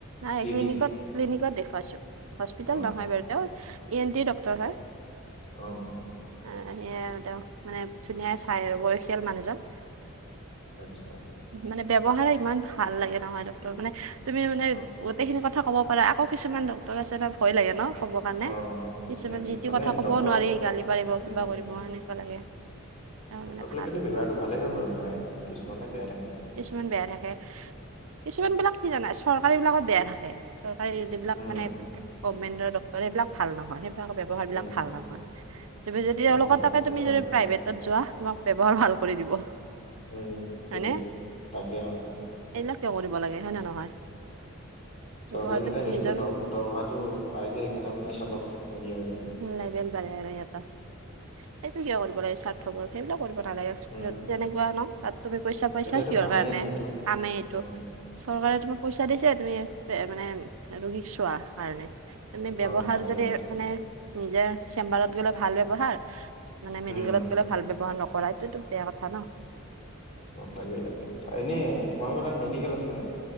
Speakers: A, on the right (about 85°); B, on the left (about 35°).
A: নাই
B: ক্লিনিক
A: ক্লিনিকত, ক্লিনিকত দেখুৱাইছো, হস্পিতেল
B: অ
A: নহয় বাৰ তেওঁৰ, এ-এন-টিৰ ডক্তৰ হয়
B: অ-অ
A: নাই এইয়া আৰু তেওঁ, মানে ধুনীয়াই চাই আৰু বয়সীয়াল মানুহজন
B: আচ্ছা
A: মানে ব্যৱহাৰে ইমান ভাল লাগে নহয় ডক্টৰ মানে তুমি মানে
B: অ
A: গোটেইখিনি কথা ক'ব পাৰা আকৌ কিছুমান ডক্টৰ আছে বা ভয় লাগে ন' ক'ব কাৰণে
B: অ
A: কিছুমান
B: উম
A: যিটো
B: মানে
A: কথা ক'বও
B: ডক্তৰ
A: নোৱাৰি গালি পাৰিব
B: উম
A: কিবা কৰিব এনেকুৱা লাগে তেওঁ
B: ডক্টৰ
A: মানে
B: বিলাকে
A: ভাল
B: কিন্তু ব্যৱহাৰটো ভালেই হয় বাৰু প্ৰায়, কিছুমানে বেয়া থাকে
A: কিছুমান বেয়া থাকে, কিছুমান বিলাক কি জানা চৰকাৰী বিলাকত বেয়া থাকে চৰকাৰী যিবিলাক
B: উম
A: মানে, গভমেণ্টৰ ডক্টৰ সেইবিলাক ভাল নহয় সেইবিলাকৰ ব্যৱহাৰ
B: উম
A: বিলাক ভাল নহয় তুমি যদি
B: অ
A: এওঁলোকৰ
B: সেইটো
A: তাকে তুমি যদি
B: পাৰে
A: প্ৰাইভেটত যোৱা তোমাক ব্যৱহাৰ ভাল কৰি দিব
B: উ-উ
A: হয়নে?
B: তাকে-অ
A: এইবিলাক কিয় কৰিব লাগে হয় নে নহয়?
B: চৰকাৰী
A: ব্যৱহাৰটো
B: এটা হেৰি
A: নিজৰ
B: যে দৰ দৰমহাটো, পাই যে সেইকাণে মানে হেলপ হেৰিয়া হৈ গৈছে
A: উম লেবেল বাঢ়ে আৰু সিহঁতৰ, এইতো কিয় কৰিব লাগে চাত থবৰ সেইবিলাক কৰিব নালাগে,
B: উম
A: যত যেনেকুৱা ন', তাত তুমি পইচা
B: সিহঁতৰ
A: পাইছা
B: এইটো
A: কিহৰ
B: কামেই
A: কাৰণে?
B: সেইটো
A: কামে এইটো
B: উম
A: চৰকাৰে তোমাক পইচা দিছে তুমি, এ-মানে ৰোগীক চোৱা, কাৰণে এনে ব্যৱহাৰ
B: অ তাকে
A: যদি,
B: সেইটো
A: মানে নিজৰ চেম্বাৰত গ'লে ভাল ব্যৱহাৰ, মানে
B: উম
A: মেডিকেলত গ'লে ভাল ব্যৱহাৰ নকৰাইতো-তো বেয়া কথা ন
B: অ তাকে-তাকে এনে তোমালোকৰ তাত মেডিকেল আছে নাই?